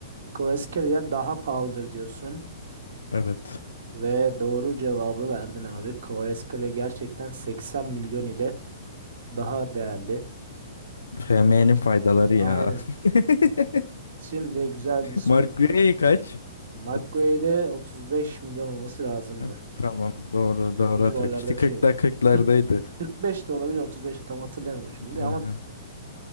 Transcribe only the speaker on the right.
Kvaratskhelia daha pahalıdır diyorsun.
Ve doğru cevabı verdin abi. Kvaratskhelia gerçekten 80 milyon ile daha değerli.
Aynen.
Şimdi güzel bir soru.
Mark
Guay'de 35 milyon olması lazımdı.
O civarlarda
bir
şey.
40, 45 de olabilir 35 de tam hatırlayamadım şimdi
ama